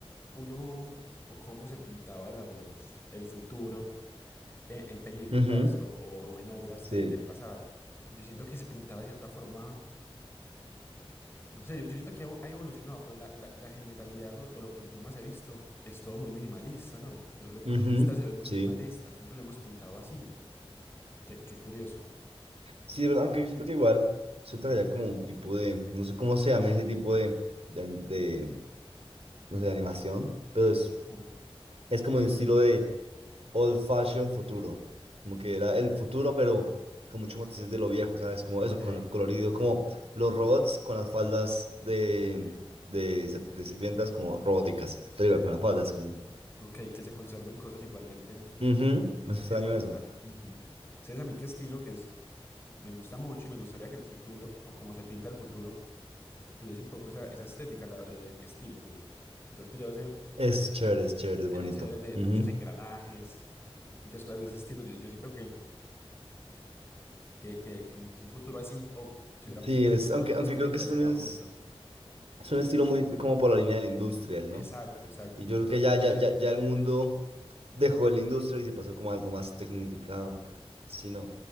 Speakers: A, on the left; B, on the right.
A: uno o cómo se pintaba la voz, el futuro en, en películas
B: Ujú,
A: o, o- o en obras
B: Sí.
A: de- del pasado. Y yo siento que se pintaba de cierta forma, no sé, yo, yo siento que ha evo- ha evolucionado, pero la, la- la generalidad o, o lo que yo más he visto es todo muy minimalista, ¿no? Lo, lo futurista
B: ujú,
A: se ve muy
B: Sí.
A: minimalista, siempre lo hemos pintado así. Qué, qué curioso.
B: Sí, de verdad, aunque siento que igual se traía como un tipo de, no sé cómo se llama ese tipo de, de, de, no sé, de animación, pero es,
A: Ujú,
B: es como un estilo de old fashion futuro, como que
A: Ok,
B: era el futuro, pero con muchos matices de lo viejo, ¿sabes? Como
A: Ok,
B: eso, con el colorido, como los robots con las faldas de,
A: ok.
B: de, ser- de sirvientas como robóticas, pero igual con las faldas. Como...
A: ok, que se conserven cosas igualmente,
B: Ujú,
A: que
B: no
A: no
B: es
A: se
B: extraño
A: pierdan su
B: eso.
A: totalidad. Ujú. ¿Sabes a mí qué estilo que es? Me gusta mucho y me gustaría que el futuro, o como se pinta el futuro, tuviese un poco esa, esa estética, la- lo de steampunk. Entonces, pues ya ese,
B: Es chévere, es chévere, es
A: ese
B: bonito.
A: chévere de
B: Ujú.
A: muchos engranajes, muchas cosas de ese estilo. Yo, yo siento que, que, que, que un, un futuro así, o cu- si hubieran
B: Sí,
A: pintado
B: es,
A: un futuro
B: aunque,
A: así en
B: aunque
A: las películas,
B: creo que es un,
A: sería bonito.
B: es un estilo muy como por la línea del industrial, ¿no?
A: Exacto, exacto.
B: Y yo creo que ya, ya, ya, ya el mundo dejó de la industria y se pasó como algo más tecnificado, sino